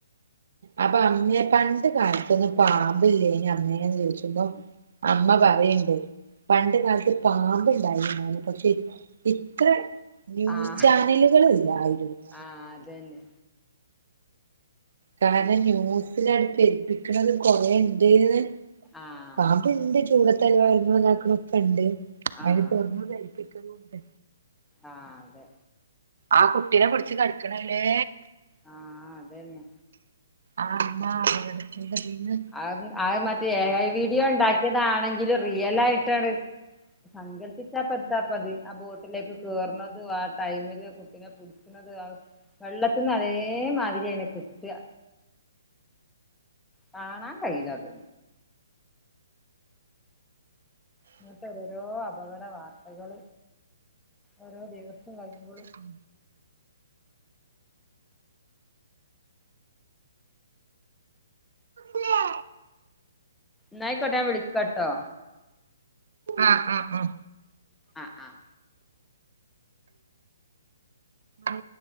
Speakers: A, on the right; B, in the centre.
A: അപ്പമ്മ്യേ പണ്ട് കാലത്തൊന്നും പാമ്പില്ലേന്യൊ അമ്മേന്ന് ചോയ്ച്ചുമ്പം അമ്മ പറിയിണ്ട് പണ്ട് കാല്ത്ത് പാമ്പ് ഇണ്ടായിര്ന്ന് പക്ഷെ ഇത്ര ന്യൂസ്
B: ആഹ്
A: ചാനലുകള് ഇല്ലായ്രുന്നു
B: ആഹ് അതന്നെ
A: കാര്ണം ന്യൂസ് ലണ്ട് പെര്പ്പിക്ക്ണെത് കൊറേണ്ട്ന്ന്
B: ആഹ്
A: പാമ്പ്ണ്ട് ചൂടത്തെല്ലോം എർങ്ങ്ണും ഇതാക്ക്ണൊക്കെണ്ട്
B: ആഹ്
A: അയ്ന് തൊറ്ന്നു കയ്പ്പിക്കലൂണ്ട്
B: ആഹ് അതെ
A: ആ കുട്ടീനെ പിട്ച്ച് കട്ക്കണല്ലേ
B: ആഹ് അതന്നെ
A: ആഹ് ഇമ്മാർഞ്ഞ്ക്ക്ണ് എന്താ പിന്നെ
B: ആഹ് അത് മറ്റേ ഏഐ വീഡിയോ ഇണ്ടാക്ക്യതാണെങ്കിലും റിയലായ്ട്ടാണ് സങ്കല്പ്പിച്ചാപ്പെത്താപത് ആ ബോട്ട്ലേക്ക് കേറ്ണതും ആ ടൈമില് കുട്ടിനെ ഇട്ക്ക്ണത് ആഹ് വെള്ളത്ത്ന്ന് അതേമാതിര്യയ്നെ കിട്ടാ കാണാൻ കയ്യില അത് ങ്ങനത്തൊരോരോ അപകട വാർത്തകൾ ഓരോ ദിവസം കഴിയുമ്പൊളും
A: ഉം ല്ലേ
B: ന്നായ്ക്കോട്ടെ ഞാൻ വിളിക്കട്ടോ
A: ആഹ് ആഹ് ആഹ്
B: ആഹ് ആഹ്
A: ആ